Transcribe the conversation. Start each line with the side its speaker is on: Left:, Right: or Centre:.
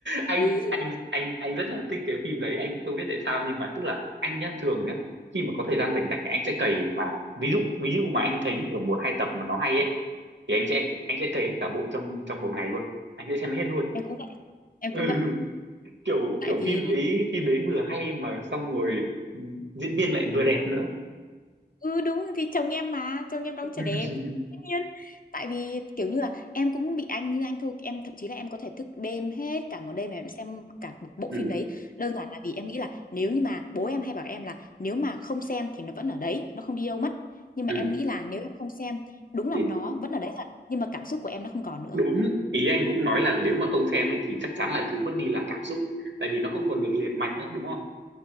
Right: anh
Left: <laughs>
Right: anh anh anh rất là thích cái phim đấy anh không biết tại sao nhưng mà tức là anh nhá thường nhá khi mà có thời gian rảnh rảnh anh sẽ cày mà ví dụ ví dụ mà anh thấy như kiểu một hai tập mà nó hay ấy thì anh sẽ anh sẽ cày hết cả bộ trong trong một ngày luôn anh sẽ xem hết luôn
Left: em cũng vậy
Right: <laughs>
Left: em
Right: ừ,
Left: cũng vậy
Right: kiểu
Left: tại
Right: kiểu
Left: vì
Right: phim đấy phim đấy vừa hay mà xong rồi ừ, diễn viên lại vừa đẹp nữa
Left: ừ đúng thì chồng em mà chồng em đóng trở
Right: <laughs>
Left: đẹp tất nhiên tại vì kiểu như là em cũng bị anh như anh thôi em thậm chí là em có thể thức đêm hết cả một đêm mà em xem cả một bộ
Right: ừ,
Left: phim đấy đơn giản là vì em nghĩ là nếu như mà bố em hay bảo em là nếu mà không xem thì nó vẫn ở đấy nó không đi đâu mất nhưng mà
Right: ừ.
Left: em nghĩ là nếu em không xem đúng là
Right: Thì
Left: nó vẫn ở đấy thật nhưng mà cảm xúc của em nó không còn nữa
Right: đúng ý anh cũng nói là nếu mà không xem ấy thì chắc chắn là thứ mất đi là cảm xúc tại vì nó không còn được liền mạch nữa đúng không